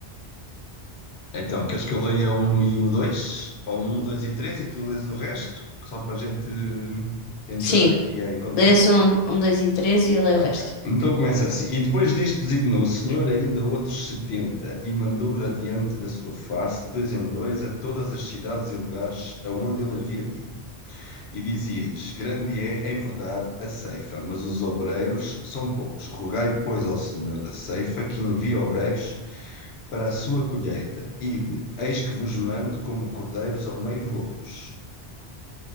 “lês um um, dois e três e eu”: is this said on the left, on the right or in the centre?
Left